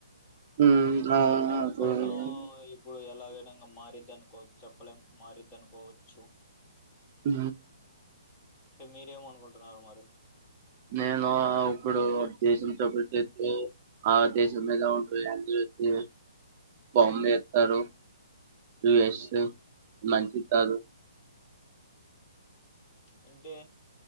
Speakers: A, on the right; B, on the left.
A: ఉ ఆ
B: అందుకోసం
A: ఆ ఆ ఉ
B: ఇప్పుడు ఎలాగైనా ఇంకా మారుద్ది అనుకోవచ్చు చెప్పలేం మారుద్ది అనుకోవచ్చు
A: ఉ
B: అంటే మీరేమనుకుంటున్నారు మరి
A: నేను ఇప్పుడు దేశంతో పెట్తే ఆ దేశం మీద ఉంట ఎని చసి బాంబే ఎత్తరు యుఎస్ మంచిస్తారు
B: అంటే